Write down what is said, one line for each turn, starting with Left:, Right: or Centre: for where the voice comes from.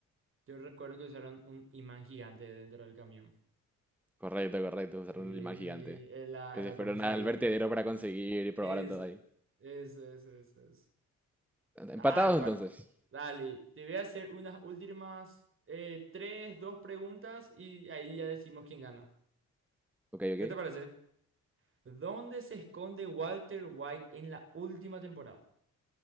Right: Yo recuerdo que usaron un imán gigante dentro del camión.
Centre: Correcto, correcto, usaron
Right: Sí,
Centre: un imán gigante.
Right: en la,
Centre: Que
Right: en
Centre: se
Right: la
Centre: fueron
Right: comisaría.
Centre: al vertedero para conseguir y probaron
Right: Eso,
Centre: todo ahí.
Right: eso, eso, eso, eso. Ah,
Centre: Empatados
Right: cua-
Centre: entonces.
Right: Dale, te voy a hacer unas últimas eh, tres, dos preguntas y ahí ya decimos quién gana.
Centre: Ok, ok.
Right: ¿Qué te parece? ¿Dónde se esconde Walter White en la última temporada?